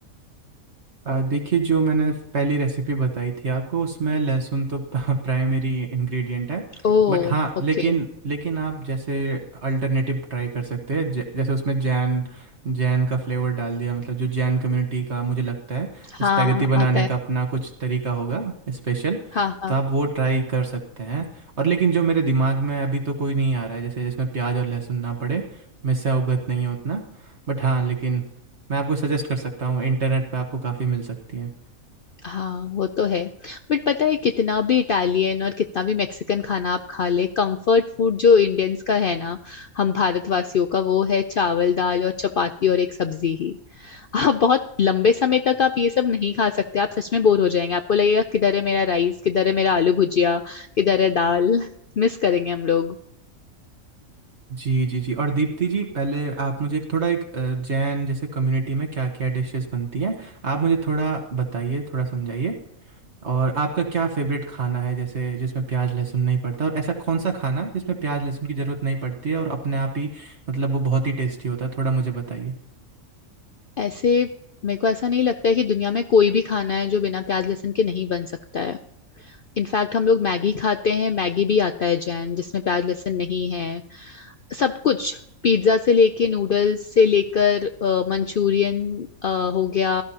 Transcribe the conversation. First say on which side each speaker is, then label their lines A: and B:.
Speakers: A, on the right; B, on the left.
A: अ, देखिए जो मैंने पहली रेसिपी बताई थी आपको उसमें लहसुन तो <laughs> प्राइमरी इंग्रेडिएंट है
B: ओ
A: बट हाँ लेकिन
B: ओके
A: लेकिन आप जैसे अल्टरनेटिव ट्राई कर सकते हैं ज- जैसे उसमें जैन जैन का फ्लेवर डाल दिया मतलब जो जैन कम्युनिटी का मुझे लगता है
B: हाँ
A: स्पैगेटी बनाने
B: आता है
A: का अपना कुछ तरीका होगा स्पेशल
B: हाँ हाँ
A: तो आप वो ट्राई कर सकते हैं और लेकिन जो मेरे दिमाग में अभी तो कोई नहीं आ रहा है जैसे जिसमें प्याज और लहसुन ना पड़े मैं इससे अवगत नहीं हूँ उतना बट हाँ लेकिन मैं आपको सजेस्ट कर सकता हूँ इंटरनेट पे आपको काफ़ी मिल सकती हैं
B: हाँ वो तो है बट पता है कितना भी इटालियन और कितना भी मैक्सिकन खाना आप खा ले कंफर्ट फूड जो इंडियंस का है ना हम भारतवासियों का वो है चावल दाल और चपाती और एक सब्जी ही आप बहुत लंबे समय तक आप ये सब नहीं खा सकते आप सच में बोर हो जाएंगे आपको लगेगा किधर है मेरा राइस किधर है मेरा आलू भुजिया किधर है दाल <laughs> मिस करेंगे हम लोग
A: जी जी जी और दीप्ति जी पहले आप मुझे एक थोड़ा एक अ, जैन जैसे कम्युनिटी में क्या क्या डिशेस बनती हैं आप मुझे थोड़ा बताइए थोड़ा समझाइए और आपका क्या फेवरेट खाना है जैसे जिसमें प्याज लहसुन नहीं पड़ता और ऐसा कौन सा खाना जिसमें प्याज लहसुन की ज़रूरत नहीं पड़ती है और अपने आप ही मतलब वो बहुत ही टेस्टी होता है थोड़ा मुझे बताइए
B: ऐसे मेरे को ऐसा नहीं लगता है कि दुनिया में कोई भी खाना है जो बिना प्याज लहसुन के नहीं बन सकता है इनफैक्ट हम लोग मैगी खाते हैं मैगी भी आता है जैन जिसमें प्याज लहसुन नहीं है सब कुछ पिज्जा से लेके नूडल्स से लेकर अ, मंचूरियन अ, हो गया